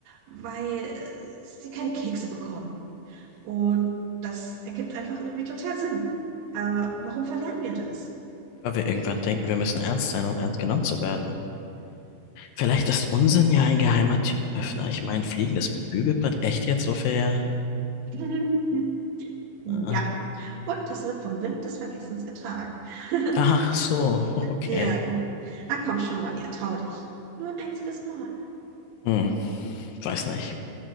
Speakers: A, on the right; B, on the left.
A: weil äh, sie keine Kekse bekommen. Und das ergibt einfach irgendwie total Sinn. Aber warum verlernen wir das?
B: Weil wir irgendwann denken, wir müssen ernst sein, um ernst genommen zu werden. Vielleicht ist Unsinn ja ein geheimer Türöffner. Ich meine, fliegendes Bügelbrett, echt jetzt so viel?
A: <laughs> Ja.
B: Äh,
A: Und das wird vom Wind des Vergessens getragen. <laughs>
B: ach so, <laughs> okay.
A: Ja, genau. Na komm schon, Wyatt, trau dich. Nur ein einziges Mal.
B: Hm, weiß nicht.